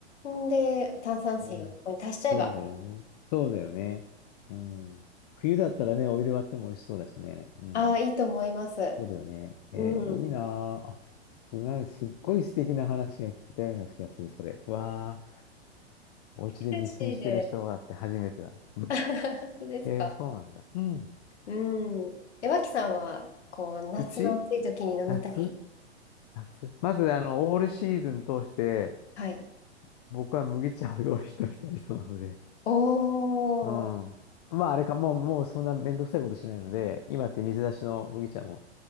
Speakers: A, on the left (about 75°); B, on the left (about 40°).
A: んで、炭酸水をここに足しちゃえば、
B: ね。そうだよね。そうだよね。うん。冬だったらね、お湯で割っても美味しそうだしね。うん。
A: ああ、いいと思います。
B: そうだよね。えーいいなあ。
A: うん。
B: あ、すなんかすっごい素敵な話が聞けたような気がする、それ。わあ、お家で実践してる人はって初めてだ。
A: ヘルシーで。
B: うん。
A: <laughs> 本当ですか。
B: えーそうなんだ。うん。
A: うん。え、脇さんは、こう、夏の暑い時に飲みたい。
B: うち夏夏まず、あの、オールシーズン通して、
A: はい。
B: 僕は麦茶を用意しておきたい人なので。
A: おー。
B: うん。まあ、あれか、もう、もうそんなめんどくさいことしないので、今って水出しの麦茶も